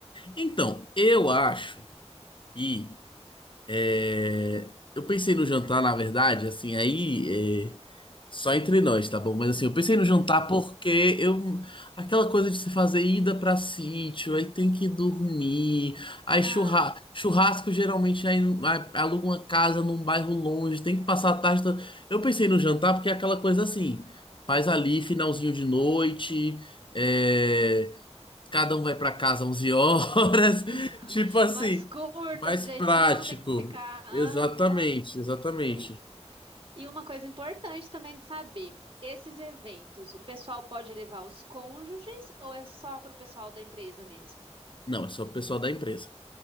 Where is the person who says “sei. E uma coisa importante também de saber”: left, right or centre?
Right